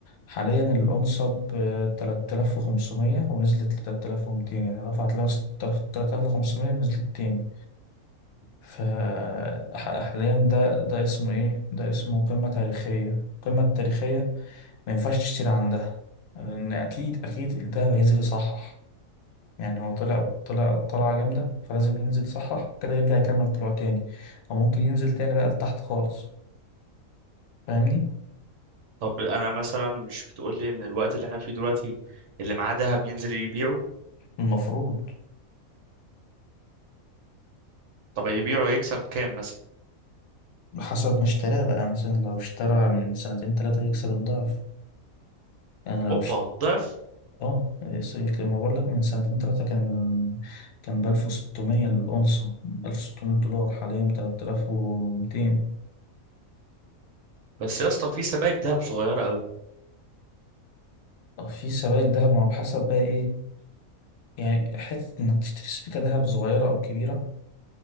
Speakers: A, on the left; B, on the right.
A: حاليا الأونصة بتلات آلاف وخمسمية ونزلت لتلات آلاف ومتين يعني رفعت لمس تلات آلاف وخمسمية ونزلت تاني فحاليا ده ده اسمه إيه؟ ده اسمه قمة تاريخية القمة التاريخية ما ينفعش تشتري عندها لأن أكيد أكيد ده هينزل يصحح يعني هو طلع طلع طلعة جامدة فلازم ينزل يصحح كده يرجع يكمل طلوع تاني أو ممكن ينزل تاني بقى لتحت خالص فاهمني
B: طب انا مثلا مش بتقول لي ان الوقت اللي احنا فيه دلوقتي اللي معاه دهب ينزل يبيعه
A: المفروض
B: طب يبيعه يكسب كام مثلا
A: حسب ما اشتراه بقى مثلا لو اشترى من سنتين تلاتة هيكسب الضعف أنا
B: اوبا
A: لو اشت...
B: الضعف
A: اه يس- ما بقول لك من سنتين تلاتة كان كان بألف وستمية الأونصة بألف وستمية دولار حاليا بتلات آلاف ومتين
B: بس يا اسطى في سبائك دهب صغيره قوي
A: في سبائك دهب ما هو بحسب بقى إيه يعني حتة إنك تشتري سبيكة دهب صغيرة أو كبيرة